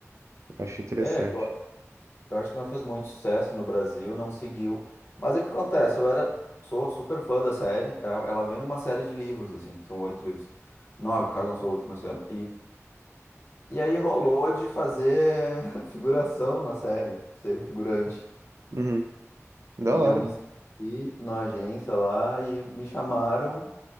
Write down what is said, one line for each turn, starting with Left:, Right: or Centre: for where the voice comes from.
Right: Eu acho interessante.
Left: é, que eu, eu acho que não fez muito sucesso no Brasil, não seguiu, mas o que acontece, eu era, sou super fã da série, ela ela vem de uma série de livros, assim, são oito livros, nove,
Right: Uhum.
Left: o cara lançou o último esse ano, E aí rolou de fazer <laughs> figuração na série, ser figurante.
Right: Uhum, Da
Left: E
Right: hora.
Left: eu me inscrevi na agência lá e me chamaram.